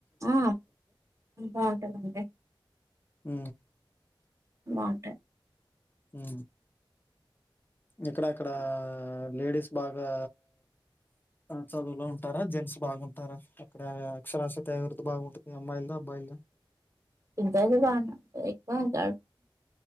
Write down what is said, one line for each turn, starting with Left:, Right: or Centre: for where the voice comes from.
Right: ఆ బాగుంటందండి
Left: హ
Right: బాగుంటది
Left: ఆ ఇక్కడ అక్కడ లేడీస్ బాగా చదువులో ఉంటారా జెంట్స్ బాగుంటారా అక్కడ అక్షరాస్యత ఎవరిది బాగుంటుంది అమ్మాయిల అబ్బాయిలు
Right: ఇద్దరిది బాగుంట